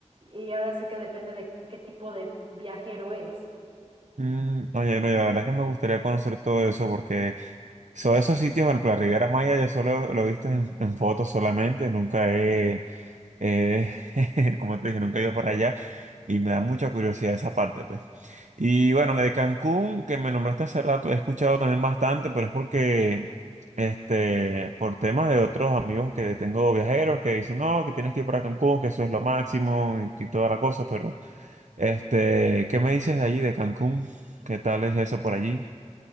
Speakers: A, on the right (about 45°); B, on the right (about 75°).
A: y ahora sí que depende de qué tipo de viajero eres.
B: Mm, oye, no, y la verdad es que me gustaría conocer todo eso porque son esos sitios, por ejemplo, la Riviera Maya yo solo lo he visto en, en fotos solamente, nunca he, Eh, <laughs> como te dije, nunca he ido para allá y me da mucha curiosidad esa parte, pues. Y bueno, de Cancún, que me nombraste hace rato, he escuchado también bastante, pero es porque, este, por temas de otros amigos que tengo viajeros que dicen, no, que tienes que ir para Cancún, que eso es lo máximo y, y toda la cosa, pero, este, ¿qué me dices de allí, de Cancún? ¿Qué tal es eso por allí?